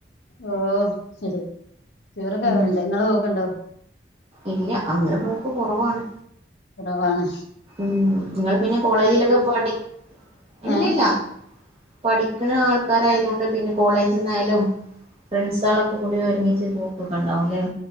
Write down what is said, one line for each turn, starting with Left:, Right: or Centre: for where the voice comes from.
Left: ഓ ശരി ടൂറൊക്കെ
Right: ഉം
Left: പോണ്ട് നിങ്ങള് പോക്ണ്ടോ
Right: ഇല്ല അങ്ങനെ പോക്ക് കൊറവാണ്
Left: കൊറവാണ്
Right: ഉം നിങ്ങൾ പിന്നെ കോളേജിലൊക്കെ പാടി ഇല്ലല്ല
Left: ഏ
Right: പഠിക്കണ ആൾക്കാരായതൊണ്ട് പിന്നെ കോളേജിന്നായാലും ഫ്രണ്ട്സാളൊക്കെ കൂടി ഒരുമിച്ച് പോക്കൊക്കെ ഇണ്ടാവുല്ലേ